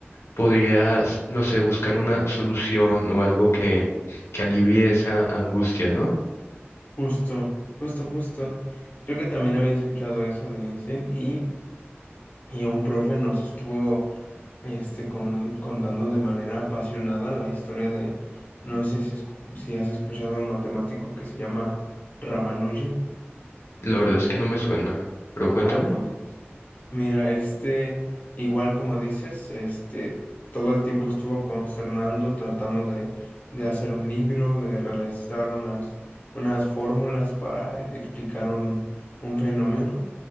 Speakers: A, on the left (about 80°); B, on the left (about 35°).
A: podrías, no sé, buscar una solución o algo que, que alivie esa angustia, ¿no?
B: Justo, justo, justo. Creo que también había escuchado eso de Einstein y y un profe nos estuvo este, con- contando de manera apasionada la historia de, no sé si, escu- si has escuchado un matemático que se llama Ramanujan.
A: La verdad es que no me suena, pero cuéntame.
B: Ah, pues mira, este, igual como dices, este, todo el tiempo estuvo consternando, tratando de, de hacer un libro, de realizar unas, unas fórmulas para explicar un, un fenómeno,